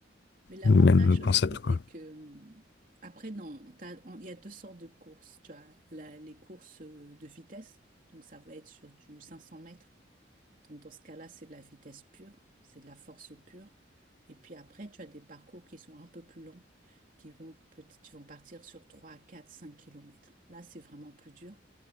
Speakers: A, on the right; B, on the left.
A: Mais l'avantage
B: même concept,
A: aussi,
B: quoi.
A: c'est que hum, après, non, t'as- on- il y a deux sortes de courses. Tu as la- les courses euh, de vitesse, donc ça va être sur du 500 mètres. Donc dans ce cas-là, c'est de la vitesse pure, c'est de la force pure. Et puis après, tu as des parcours qui sont un peu plus longs, qui vont peut-être, qui vont partir sur 3, 4, 5 kilomètres. Là, c'est vraiment plus dur.